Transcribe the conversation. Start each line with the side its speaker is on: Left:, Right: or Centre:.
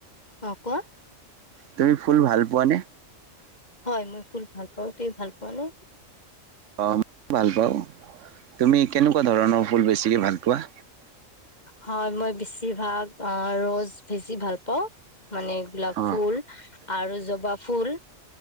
Left: অ কোৱা
Right: তুমি ফুল ভাল পোৱানে?
Left: হয় মই ফুল ভাল পাওঁ ।তুমি ভাল পোৱা নে?
Right: অঁ মই ভাল পাওঁ তুমি কেনেকুৱা ধৰণৰ ফুল বেছিকে ভাল পোৱা?
Left: হয় মই বেছিভাগ ৰৌজ বেছি ভাল পাওঁ । মানে গোলাপ
Right: অ'
Left: ফুল আৰু জবা ফুল